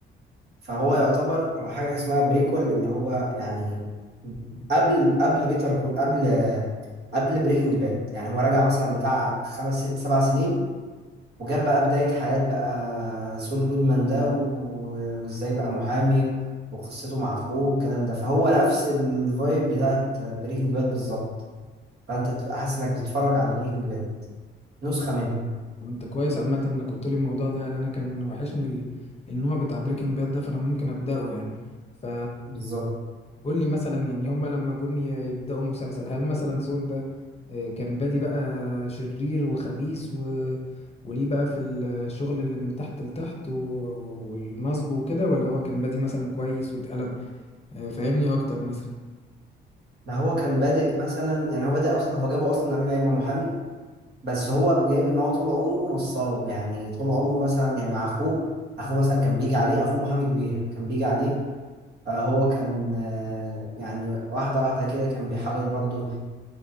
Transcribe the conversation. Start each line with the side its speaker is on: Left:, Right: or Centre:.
Right: فهو يعتبر هو حاجة اسمها بريكول اللي هو يعني قبل قبل بيتر كول قبل قبل بريكنج باد يعني هو رجع مثلا بتاع خمس ست سبع سنين وجاب بقى بداية حياة بقى سول جودمان ده و- وازاي بقى محامي وقصته مع اخوه والكلام ده فهو نفس الفايب بتاعت بريكنج باد بالظبط فانت تبقى حاسس انك بتتفرج على بريكنج باد نسخة منه
Left: طب انت كويس عامة انك قلت لي الموضوع ده يعني انا كان وحشني ال- النوع بتاع بريكنج باد ده فانا ممكن ابدأه يعني ف
Right: بالظبط
Left: قول لي مثلا يعني هما لما جم ي- يبدأوا المسلسل هل مثلا سول ده آه، كان بادي بقى شرير وخبيث و... وليه بقى في الشغل اللي من تحت لتحت و... والنصب وكده ولا هو كان بادي مثلا كويس واتقلب آه، فاهمني اكتر مثلا
Right: ما هو كان بادئ مثلا يعني هو بادئ اصلا هو جابه اصلا قبل ما يبقى محامي بس هو جايب ان هو طول عمره نصاب يعني طول عمره مثلا يعني مع اخوه اخوه مثلا كان بيجي عليه اخوه محامي كبير كان بيجي عليه فهو كان آه، يعني واحدة واحدة كده كان بيحاول برضه